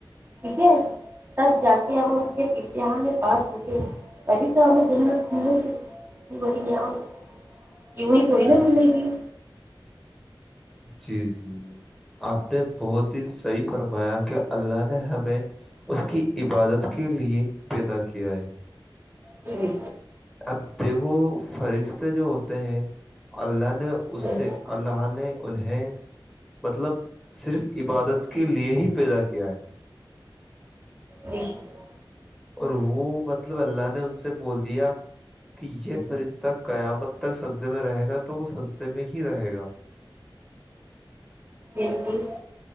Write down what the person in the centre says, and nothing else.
جی جی جی آپ نے بہت ہی صحیح فرمایا کہ اللہ نے ہمیں اس کی عبادت کے لیے پیدا کیا ہے
اب دیکھو فہرشتے جو ہوتے ہیں اللہ نے اس
سے اللہ نے انہیں مطلب صرف عبادت کے لیے ہی پیدا کیا ہے
اور وہ مطلب اللہ نے ان سے بول دیا کہ یہ فرشتہ قیامت تک سجے میں رہے گا تو وہ سجدے میں ہی رہے گا